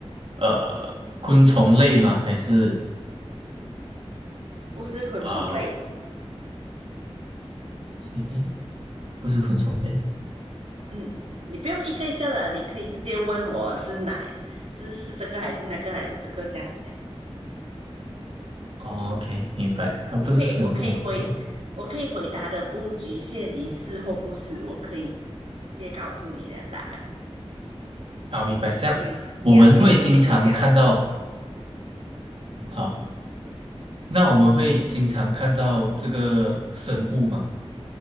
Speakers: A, on the right; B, on the right.
A: 呃昆虫类吗？还是
B: 不是昆虫类，
A: 呃，诶，不是昆虫类。
B: 嗯，你不用一个一个的，你可以直接问我是哪，是是这个还是那个还是这个这样，
A: 哦 OK，明白，它不是生物。
B: 我可以我可以回我可以回答的不局限于是或不是，
A: 然后，
B: 我可以直接告诉你的答案。
A: 好，明白。这样我们会经常看到，
B: 所以你要给我选项，
A: 好，那我们会经常看到这个生物嘛？